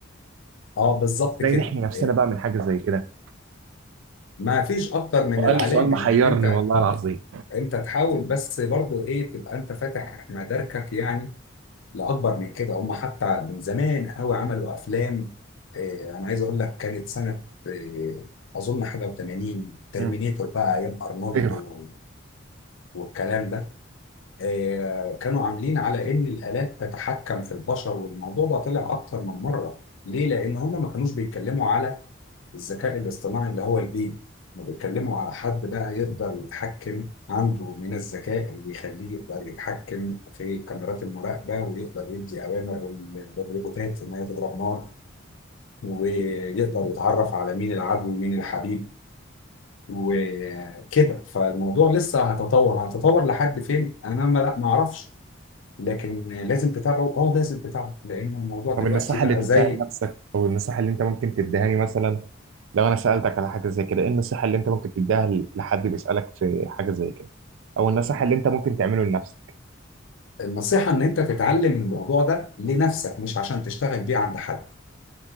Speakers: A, on the left (about 75°); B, on the right (about 80°).
A: اه بالظبط
B: ازاي
A: كده
B: نحمي نفسنا
A: إيه،
B: بقى من حاجه زي كده
A: ما فيش اكتر من
B: سؤال
A: العلامه
B: سؤال محيرني
A: انك انت
B: والله العظيم
A: انت تحاول بس برضو ايه تبقى انت فاتح مداركك يعني لاكبر من كده هم حتى من زمان قوي عملوا افلام آه، انا عايز اقول لك كانت سنه آه، اظن حاجه و80 ترمينيتور
B: مم.
A: بقى ايام ارنولد
B: ايوه
A: و- والكلام ده آه، كانوا عاملين على ان الالات تتحكم في البشر والموضوع ده طلع اكتر من مره ليه لان هم ما كانوش بيتكلموا على الذكاء الاصطناعي اللي هو البيبي ما بيتكلموا على حد بقى يقدر يتحكم عنده من الذكاء اللي يخليه يقدر يتحكم في كاميرات المراقبة ويقدر يدي أوامر لل- للروبوتات إن هي تضرب نار ويقدر يتعرف على مين العدو ومين الحبيب وكده فالموضوع لسه هيتطور هيتطور لحد فين أنا ما ما أعرفش لكن لازم تتابعه اه لازم تتابعه لأن الموضوع
B: طب
A: دلوقتي
B: النصيحة
A: بقى
B: اللي تديها
A: زي
B: لنفسك أو النصيحة اللي أنت ممكن تديها لي مثلا لو أنا سألتك على حاجة زي كده إيه النصيحة اللي أنت ممكن تديها ل- لحد بيسألك في حاجة زي كده أو النصيحة اللي أنت ممكن تعمله لنفسك
A: النصيحة إن أنت تتعلم الموضوع ده لنفسك مش عشان تشتغل بيه عند حد